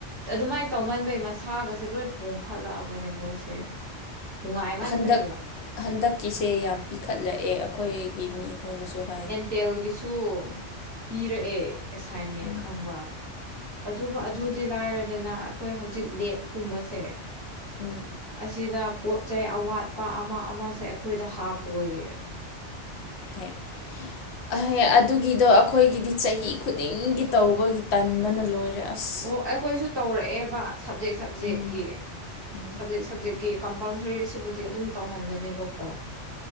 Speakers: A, on the right; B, on the left.
A: ꯑꯗꯨꯃꯥꯏꯅ ꯇꯧꯃꯟꯕꯩ ꯃꯁꯥꯒꯁꯦ ꯂꯣꯏ ꯄꯣꯝꯈꯠꯂꯛꯑꯕꯅꯦ ꯃꯣꯏꯁꯦ ꯉꯥꯏꯃꯟꯅꯕꯒꯤꯔꫭ
B: ꯍꯟꯗꯛ ꯍꯟꯗꯛꯀꯤꯁꯦ ꯌꯥꯝ ꯄꯤꯈꯠꯂꯛꯑꯦ ꯑꯩꯈꯣꯏꯒꯤ ꯃꯤ ꯈꯣꯏꯅꯁꯨ ꯍꯥꯏ
A: ꯇꯦꯜꯒꯤꯁꯨ ꯄꯤꯔꯛꯑꯦ ꯑꯦꯁꯥꯏꯟꯃꯦꯟ
B: ꯎꯝ
A: ꯈꯪꯕ꯭ꯔꯥ ꯑꯗꯨꯒ ꯑꯗꯨꯗꯤ ꯂꯥꯏꯔꯗꯅ ꯑꯩꯈꯣꯏ ꯍꯧꯖꯤꯛ ꯂꯦꯞꯀꯨꯝꯕꯁꯦ
B: ꯎꯝ
A: ꯑꯁꯤꯗ ꯄꯣꯠ ꯆꯩ ꯑꯋꯥꯠꯄ ꯑꯃ ꯑꯃꯁꯦ ꯑꯩꯈꯣꯏꯗ ꯍꯥꯞꯄꯣꯌ‌ꯦ
B: ꯍ ꯑꯍꯦ ꯑꯗꯨꯒꯤꯗꯣ ꯑꯩꯈꯣꯏꯒꯤꯗꯤ ꯆꯍꯤ ꯈꯨꯗꯤꯡꯒꯤ ꯇꯧꯕꯒꯤ ꯇꯟꯕꯅ ꯂꯣꯏꯔꯦ ꯑꯁ
A: ꯑꯣ ꯑꯩꯈꯣꯏꯁꯨ ꯇꯧꯔꯛꯑꯦꯕ ꯁꯞꯖꯦꯛ ꯁꯕꯖꯦꯛꯀꯤ
B: ꯎꯝ ꯎꯝ
A: ꯁꯕꯖꯦꯛ ꯁꯕꯖꯦꯛꯀꯤ ꯀꯝꯄꯜꯁꯔꯤ ꯑꯁꯤꯕꯨꯗꯤ ꯑꯗꯨꯝ ꯇꯧꯍꯟꯕꯅꯦꯕꯀꯣ